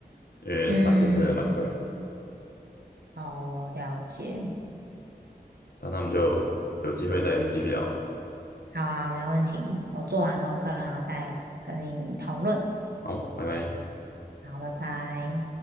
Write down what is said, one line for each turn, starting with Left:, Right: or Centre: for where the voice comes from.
Left: 因为饭店真的蛮贵的。
Right: 嗯，好，了解。
Left: 那我们就有机会再继续聊了。
Right: 好啊，没问题。我做完功课，然后再跟你讨论。
Left: 好，拜拜。
Right: 好，拜拜。